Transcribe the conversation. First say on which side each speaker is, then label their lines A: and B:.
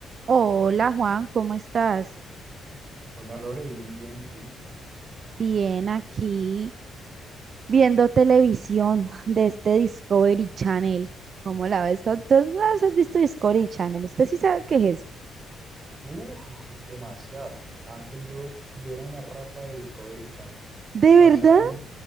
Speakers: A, on the right (about 50°); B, on the right (about 35°).
A: Hola Juan, ¿cómo estás?
B: Hola Lore, bien, bien, ¿y tú?
A: Bien, aquí viendo televisión de este Discovery Channel. ¿Cómo la ves? ¿Tú, tú alguna vez has visto Discovery Channel? ¿Usted sí sabe qué es eso?
B: Uh, demasiado. Antes yo, yo era una rata de Discovery Channel.
A: ¿De
B: Pasaba
A: verdad?
B: en,